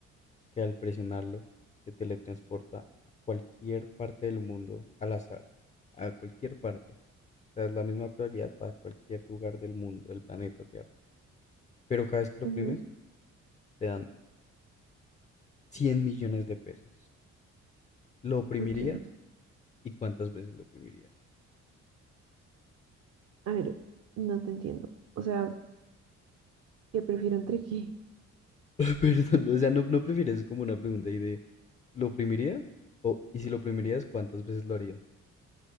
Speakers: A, on the left; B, on the right.
A: que al presionarlo te teletransporta a cualquier parte del mundo al azar? A cualquier parte. O sea, es la misma probabilidad para cualquier lugar del mundo, del planeta Tierra. Pero cada vez que lo
B: Ujú,
A: oprimes, te dan 100 millones de pesos. ¿Lo oprimirías?
B: Ok.
A: ¿Y cuántas veces lo oprimirías?
B: A ver, no te entiendo. O sea, ¿qué prefiero entre qué?
A: <laughs> Perdón, o sea, no, no prefieres como una pregunta ahí de ¿lo oprimirías? O, y si lo oprimirías, ¿cuántas veces lo harías?